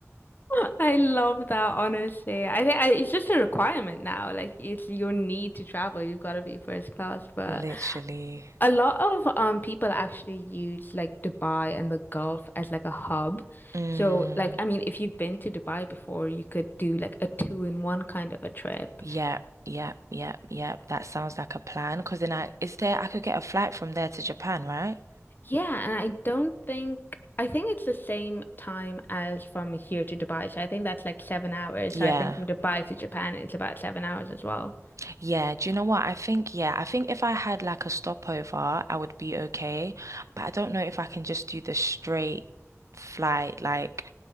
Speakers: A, on the left; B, on the right.
A: <laughs> I love that, honestly. I think I, it's just a requirement now. Like, it's your need to travel. You've got to be first class, but.
B: Literally.
A: A lot of um people actually use like Dubai and the Gulf as like a hub.
B: Mm.
A: So like I mean if you've been to Dubai before, you could do like a two in one kind of a trip.
B: Yep, yep, yep, yep. That sounds like a plan. Because then I, is there, I could get a flight from there to Japan, right?
A: Yeah, and I don't think I think it's the same time as from here to Dubai. So I think that's like seven hours.
B: Yeah.
A: So I think from Dubai to Japan it's about seven hours as well.
B: Yeah. Do you know what? I think, yeah, I think if I had like a stopover, I would be okay. But I don't know if I can just do the straight flight. Like,